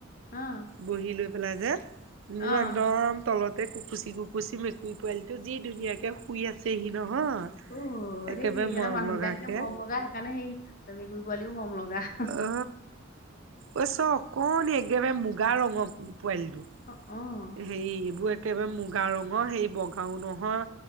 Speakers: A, on the left; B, on the right.
A: অ'।
B: বহি লৈ পেলাই যে,
A: অ'।
B: মোৰ একদম তলতে কুকুচি, কুকুচি মেকুৰী পোৱালিটো যি ধুনীয়াকে শুই আছে হি নহয়।
A: অ',
B: একেবাৰে
A: ৰে সিহঁতৰ
B: মৰম
A: মানুহবিলাক
B: লগাকে
A: যে মৰম লগা সেইকাৰণে সেই মেকুৰী পোৱালিও মৰমলগা।
B: অ ঐ, চ অকণি একেবাৰে মুগা ৰঙৰ পোৱালিটো।
A: অ'।
B: হেৰি এইবোৰ একেবাৰে মুগা ৰঙৰ হেৰি বগাও নহয়,